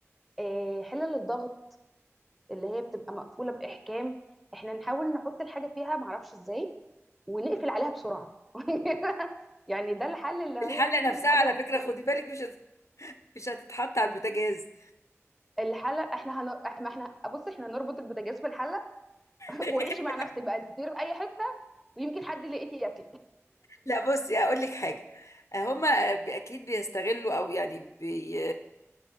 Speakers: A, in the centre; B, on the left.
A: آه حلل الضغط اللي هي بتبقى مقفولة بإحكام احنا نحاول نحط الحاجة فيها معرفش ازاي ونقفل عليها بسرعه <laughs> يعني ده الحل اللي هي
B: الحله
A: ممكن
B: نفسها
A: الحاجه
B: على
A: تت-
B: فكره خدي بالك مش هت- مش هتتحط على البوتاجاز
A: الحله احنا هنر... ما احنا بص احنا هنربط البوتاجاز في الحله <laughs>
B: <laughs>
A: وعيشي مع نفسك بقى انت تطيري في اي حته ويمكن حد لقيتي ياكل
B: لا بصي هقول لك حاجه هم اكيد بيستغلوا او يعني بي...